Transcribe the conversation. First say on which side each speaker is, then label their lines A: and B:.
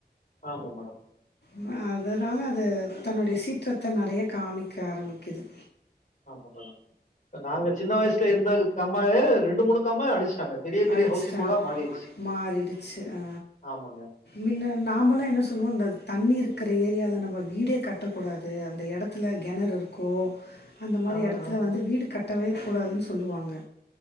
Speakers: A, on the left; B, on the left.
A: ஆமா மேடம்
B: ம அதுனால அது தன்னுடைய சீற்றத்த நெறைய காமிக்க ஆரம்பிக்கிது
A: ஆமா மேடம் அ நாங்க சின்ன வய்சுல இருந்த துட் கம்மாயே ரெண்டு மூணு கம்மாய அழிச்சுட்டாங்க பெரிய பெரிய
B: அடிச்சிட்டா
A: ஹவுசிங் போடா மாறிடுச்சு
B: மாறிடுச்சு ஆ
A: ஆமாங்க.
B: மின்ன நாமல்லா என்ன சொல்வோ இந்த தண்ணி இருக்கற ஏரியால நம்ம வீடே கட்ட கூடாது அந்த எடத்துல கெணற் இருக்கு அந்த மாரி
A: ஆ,
B: எடத்துல
A: ஆ.
B: வந்து வீடு கட் டவே கூடாதுன் சொல்லுவாங்க